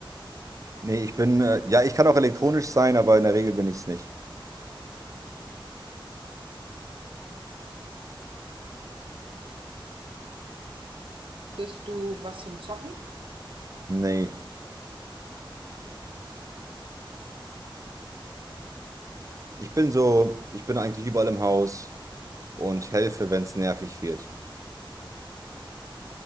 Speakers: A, on the right; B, on the right.
A: Nee, ich bin, äh, ja, ich kann auch elektronisch sein, aber in der Regel bin ich es nicht.
B: Bist du was zum Zocken?
A: Nee, ich bin so, ich bin eigentlich überall im Haus und helfe, wenn es nervig wird.